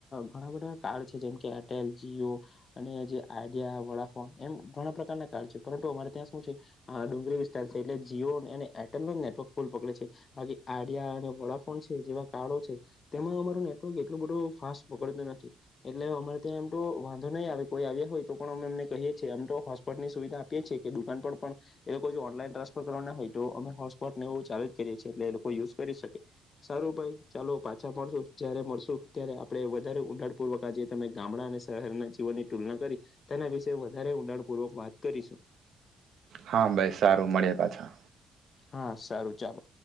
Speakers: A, on the left (about 40°); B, on the right (about 65°).
A: ઘણા બધા કાર છે જેમ કે એટેલ, જીઓ અને જે આઈડિયા, વોડાફોન એમ ઘણા પ્રકારના કાર્ડ છે. પરંતુ અમારે ત્યાં શું છે આ ડુંગર વિસ્તાર છે એટલે જીઓ અને એટેલ ના નેટવર્ક ફૂલ પકડે છે. બાકી આઈડિયા અને વોડાફોન છે જેવા કાડો છે. તેમાં અમારું નેટવર્ક એટલું બધું ફાસ્ટ પકડતું નથી એટલે અમારે ત્યાં એમ તો વાંધો નહી આવે કોઈ આવ્યા હોય તો પણ અમે અમને કહીએ છીએ આમ તો હોસ્પોટ ની સુવિધા આપ કે છે કે દુકાન પર પણ એ લોકો જો ઓનલાઈન ટ્રાન્સફર કરવા ના હોય તો અમે હોટસ્પોટને એવું ચાલુ જ કરીએ છીએ એટલે એ લોકો યુઝ કરી શકે સારું ભાઈ ચાલો પાછા મળશું જયારે મળશું ત્યારે આપડે વધારે ઉડાણ પૂર્વક આજે તમે ગામડા ને શહેરના જીવનની તુલના કરી તેના વિશે વધારે ઊંડાણપૂર્વક વાત કરીશું.
B: હા બસ સારું મળે પાછા
A: હા સારું ચાલો